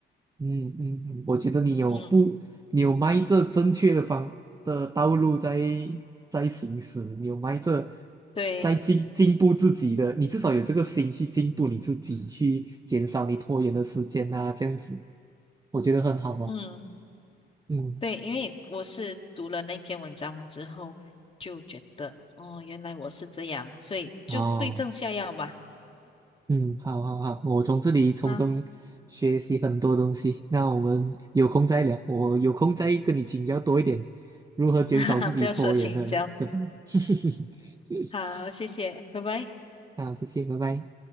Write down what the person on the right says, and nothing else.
嗯嗯嗯，我觉得你有不，
你有迈着正确的方的道路在在行驶，你有迈着
在进进步自己的，你至少有这个心去进步你自己，去减少你拖延的时间呐、这样子，我觉得很好哦。
嗯，
哦。嗯，好好好，我从这里从中学习很多东西。
那我们有空再聊，我有空再跟你请教多一点，如何减少自己拖延的的方。
<laughs>
好，谢谢，拜拜。